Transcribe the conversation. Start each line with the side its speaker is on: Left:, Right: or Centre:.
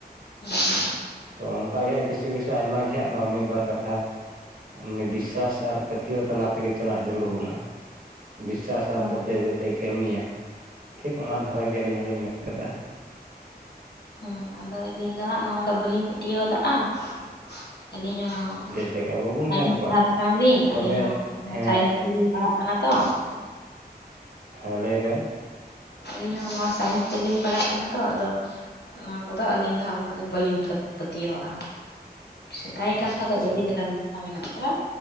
Left: <unintelligible>
Right: ᱛᱚ ᱚᱱᱠᱟ ᱜᱮ ᱠᱤᱪᱷᱩ ᱠᱤᱪᱷᱩ ᱟᱭᱢᱟ ᱜᱮ ᱢᱤᱫᱵᱟᱨ ᱠᱟᱛᱷᱟ, ᱢᱟᱱᱮ ᱵᱤᱥᱥᱟᱥ ᱟᱨ ᱯᱟᱹᱛᱭᱟᱹᱣ ᱛᱟᱞᱟ ᱛᱮᱜᱮ ᱪᱟᱞᱟᱜ ᱡᱟᱹᱨᱩᱲ ᱵᱚᱱᱟ᱾ ᱵᱤᱥᱥᱟᱥ ᱟᱨ
Left: ᱦᱩᱸ
Right: ᱯᱟᱹᱭᱟᱹᱣ ᱜᱮᱛᱚᱭ ᱠᱟᱹᱢᱤᱭᱟ ᱴᱷᱤᱠ ᱚᱱᱟ ᱫᱷᱟᱨᱟᱜ ᱜᱮ ᱟᱞᱤᱧ ᱦᱚᱞᱤᱧ ᱢᱮᱱ ᱠᱟᱫᱟ᱾
Left: ᱦᱮᱸ ᱟᱫᱚ ᱟᱹᱞᱤᱧ ᱫᱚ ᱦᱟᱸᱜ ᱱᱚᱣᱟ ᱫᱚ ᱵᱟᱹᱞᱤᱧ ᱯᱟᱹᱛᱭᱟᱹᱣ ᱟᱠᱟᱜᱼᱟ ᱾ ᱟᱞᱤᱧ ᱦᱚᱸ,
Right: ᱰᱮᱴ ᱞᱮᱠᱟ ᱵᱟᱵᱚᱱ
Left: <unintelligible>
Right: ᱧᱟᱢ ᱠᱚᱣᱟ
Left: ᱠᱟᱱᱟᱞᱤᱧ
Right: ᱛᱚᱵᱮ
Left: ᱟᱹᱞᱤᱧ ᱦᱚᱸ
Right: ᱦᱮᱸ
Left: ᱥᱟᱭᱮᱱᱥ ᱛᱮᱜᱮᱞᱤᱧ ᱯᱟᱲᱦᱟᱜ ᱠᱟᱱᱟ ᱛᱚ,
Right: ᱦᱮᱸ ᱞᱟᱹᱭ ᱵᱮᱱ᱾
Left: ᱟᱞᱤᱧ ᱦᱚᱸ ᱱᱚᱣᱟ ᱥᱟᱭᱮᱱᱥ ᱛᱮᱜᱮᱞᱤᱧ ᱯᱟᱲᱦᱟᱜ ᱠᱟᱱᱟ ᱛᱚ ᱟᱫᱚ, ᱱᱚᱣᱟ ᱠᱚᱫᱚ ᱟᱹᱞᱤᱧ ᱫᱚ ᱦᱟᱸᱜ ᱩᱱᱟᱹᱜ ᱫᱚ ᱵᱟᱹᱞᱤᱧ ᱯᱟᱹᱛᱭᱟᱹᱣᱟᱜᱼᱟ᱾ ᱥᱮᱫᱟᱭ ᱠᱟᱛᱷᱟ
Right: ᱟᱪᱪᱷᱟ
Left: ᱫᱚ ᱟᱹᱰᱤ ᱞᱮᱠᱟᱱ ᱠᱟᱛᱷᱟ ᱢᱮᱱᱟᱜ ᱠᱟᱫᱟ᱾